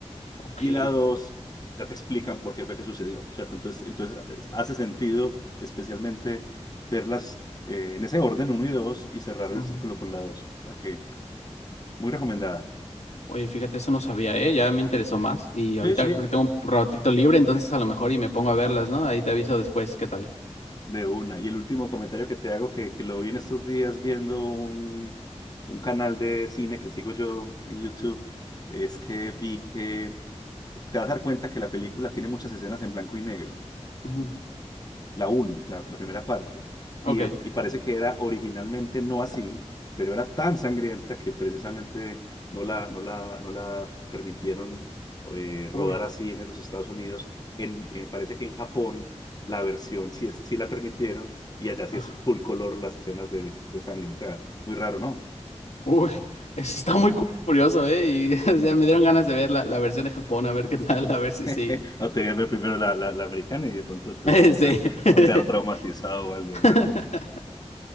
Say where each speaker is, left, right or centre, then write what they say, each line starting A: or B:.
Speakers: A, on the left (about 70°); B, on the left (about 35°).
A: Ok.
B: Y la dos, ya te explican por qué fue que sucedió, ¿cierto? Entonces, entonces hace sentido especialmente verlas eh, en ese orden, uno y dos, y cerrar el
A: Ujú.
B: círculo con la dos. La que, muy recomendada.
A: Oye, fíjate, eso no sabía, ¿eh? Ya me interesó más. Y ahorita
B: Sí, sí.
A: creo que tengo un ratito libre, entonces a lo mejor y me pongo a verlas, ¿no? Ahí te aviso después qué tal.
B: De una. Y el último comentario que te hago, que, que lo vi en estos días viendo un, un canal de cine que sigo yo en YouTube, es que vi que te vas a dar cuenta que la película tiene muchas escenas en blanco y negro
A: Ujú.
B: la uno la, la primera parte.
A: Ok.
B: Y, eh, y parece que era originalmente no así, pero era tan sangrienta que precisamente no la, no la, no la permitieron eh, rodar
A: Uy.
B: así en los Estados Unidos. En, eh, parece que en Japón la versión sí, es- sí la permitieron y allá sí
A: Ajá.
B: es full color las escenas de, de sangre. O sea, muy raro, ¿no?
A: Uy. <laughs> Eso está muy cu- curioso, ¿eh? Y <laughs> ya me dieron ganas de ver la, la versión de Japón, a ver qué tal, a ver si
B: <laughs>
A: sí.
B: No te voy a ver primero la, la, la americana y de pronto después
A: <laughs>
B: la otra.
A: Sí.
B: No quedar traumatizado o algo,
A: <laughs>
B: hermano.